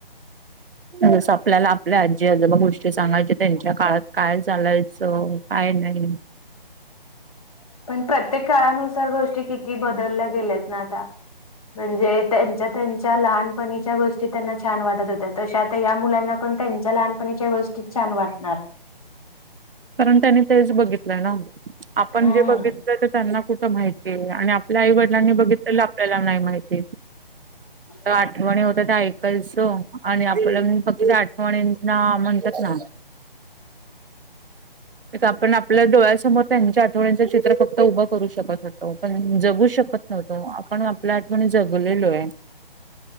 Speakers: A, on the right; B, on the left.
A: जस आपल्याला आपल्या आजी आजोबा गोष्टी सांगायच्या त्यांच्या काळात काय चालायचं ह ना आहे
B: पण प्रत्येक काळानुसार गोष्टी किती बदलल्या गेल्यात ना आता म्हणजे त्यांच्या त्यांच्या लहानपणीच्या गोष्टी त्यांना छान वाटत होत्या तसे आता ह मुलांना पण त्यांच्या लहानपणीच्या गोष्टीत छान वाटणार
A: कारण त्यांनी तेच बघितलंय ना आपण
B: हम्म
A: जे बघितलं ते त्यांना कुठ माहिती आणि आपल्या आई वडिलांनी बघितलेलं आपल्याला नाही माहिती
B: ह
A: तर आठवणी होत त्या ऐकालचं आणि आपलं फक्त त्या आठवणींना म्हणतात ना आपण आपल्या डोळ्यासमोर त्यांच्या आठवड्यांचं चित्र फक्त उभं करू शकत होतं पण जगू शकतो त नव्हतो आपण आपल्या आठवणी जगलेलो आहे